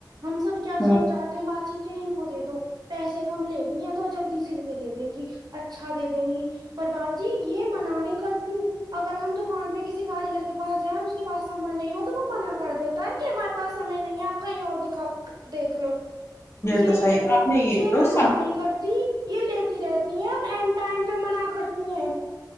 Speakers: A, on the right; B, on the left.
A: ہم سب کیا
B: ہوں
A: سوچاتے ہیں باجی کیا ان کو دے دو پیسے کم لیتی ہیں تو جلدی سل کے دے دیں گی اچھا دے دیں گی یپر بات جی یہ منانی کرتی اگر ہم دکان پہ کسی کاریگر کے پاس جائیں اور اس کے پاس سامان نہیں ہو تو وہ منع کر دیتا ہے کہ ہم پاس ہمیں نہیں ہے اپ کہیں اور دکھا دیکھ لو یہ
B: تو صحیح کہا آپ نے
A: یہ
B: تو
A: منا
B: سمجھ
A: نہیں کرتی یہ لیتی رہتی ہیں اور اینڈ ٹائم پہ منع کرتی ہیں